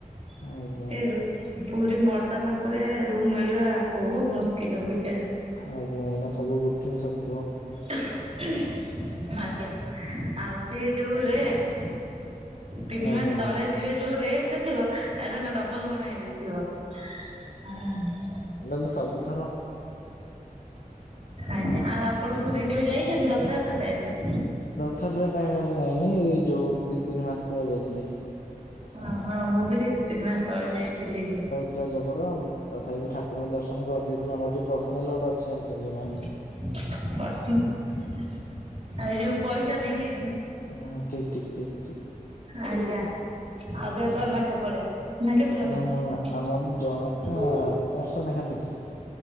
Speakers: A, on the right; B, on the left.
A: ସେ
B: ଆଜ୍ଞା ଆଜ୍ଞା।
A: ରୁମ୍ ପୁରୀ ବଡ଼ଦାଣ୍ଡ ଉପରେ ରୁମ୍ ମିଳିବା ବୋହୁତ ମୁସ୍କିଲ ଅବିକା।
B: ଆଜ୍ଞା ଏଇନା ସବୁ ବୁକିଙ୍ଗି ସରିଥିବ।
A: ଆଜ୍ଞା ଆଉ ସିଏ ଯୋଉ ରେଟ୍। ତିନି
B: ଆଜ୍ଞା
A: ମାସ ତଳେ ଯିବେ ଯୋଉ ରେଟ ରେ ଥିବ ତାର <unintelligible> ଡବଲ ଗୁଣା ହେଇ ହେଇଥିବ ହୁଁ।
B: ସେଟା ତ ସବୁଥର।
A: ଆଜ୍ଞା ଆଉ ଆପଣ ପୁରୀ କେବେ ଯାଇଛନ୍ତି ରଥଯାତ୍ରା ଟାଇମ୍ ରେ?
B: ରଥଯାତ୍ରା ଟାଇମ ଆଜ୍ଞା ଯାଇନି ଏଇ ଯୋଉ ଦିଇ ତିନି ମାସ ତଳେ ଯାଇଥିଲି।
A: ଅଁହଁ ମୁଁ ବି ସେଇ ଦୁଇ ତିନି ମାସ ତଳେ ଯାଇଥିଲି।
B: ଥିଲା ଜବର ତଥାପି ଠାକୁରଙ୍କୁ ଦର୍ଶନ କରିଦେଇଥିଲୁ ଆମର ଯୋଉ ପର୍ସନାଲ ଗୋଟେ ଅଛି ଜାଣିଚନ୍ତି୍ କି ମ୍ୟାମ।
A: <unintelligible> ଆ ଯୋଉ ପଇସା ନେଇକି
B: ହଁ ଠିକ ଠିକ ଠିକ ଠିକ
A: ଆଜ୍ଞା। ହଜାର
B: ଆଜ୍ଞା।
A: ଟଙ୍କା ନାଖା ପଡେ ନା କେତେ
B: ନାଇଁ
A: ଟଙ୍କା।
B: ମ୍ୟାମ୍ ଆମର ଜଣକା ଚାରିଶହ ନାଖା ନେଇଥିଲେ।